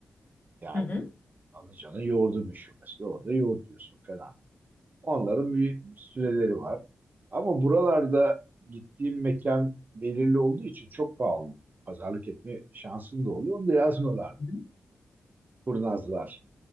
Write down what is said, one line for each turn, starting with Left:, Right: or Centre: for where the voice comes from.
Right: Yani
Left: Hı hı.
Right: Kanlıca'nın yoğurdu meşhur mesela orada yoğurt yiyorsun falan. Onların bir süreleri var. Ama buralarda gittiğim mekan belirli olduğu için çok pahalı. Pazarlık etme şansın da oluyor. Onu da yazmıyorlar.
Left: Hı hı.
Right: Kurnazlar.